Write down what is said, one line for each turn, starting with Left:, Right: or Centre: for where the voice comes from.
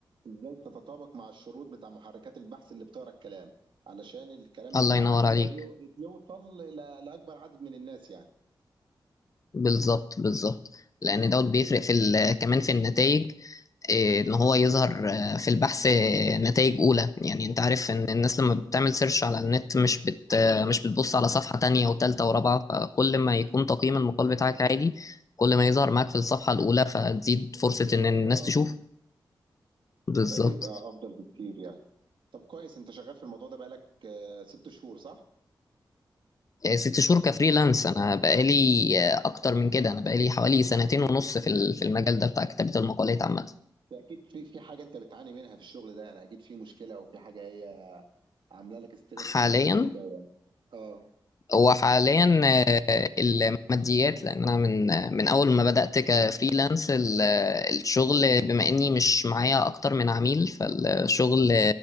Right: ازاي تتطابق مع الشروط بتاع محركات البحث اللي بتقرا الكلام علشان الكلام
Left: الله
Right: بتاعك
Left: ينور عليك
Right: يو- يوصل ل- لاكبر عدد من الناس يعني
Left: بالظبط بالظبط لان دوت بيفرق في ال- كمان في النتائج إيه، ان هو يظهر آه، في البحث آه، نتائج اولى يعني انت عارف ان الناس لما بتعمل سيرش على النت مش بت آه، مش بتبص على صفحة تانية وتالتة ورابعة فكل ما يكون تقييم المقال بتاعك عادي كل ما يظهر معاك في الصفحة الاولى فتزيد فرصة
Right: بالظبط
Left: ان الناس
Right: اه
Left: تشوف بالظبط
Right: فبيبقى افضل بكتير يعني طب كويس انت شغال في الموضوع ده بقالك آه، ست شهور صح؟
Left: آه، ست شهور كفريلانس انا بقالي آه، اكتر من كده انا بقالي حوالي سنتين ونص في ال- في المجال ده بتاع كتابة المقالات عامة
Right: ده اكيد في في حاجه انت بتعاني منها في الشغل ده يعني اكيد في مشكله او في حاجه هي عامله لك ستريس
Left: حاليا
Right: في المجال ده يعني. اه
Left: هو حاليا الماديات لان انا من من اول ما بدات كفريلانس ال- الشغل بما اني مش معايا اكتر من عميل فالشغل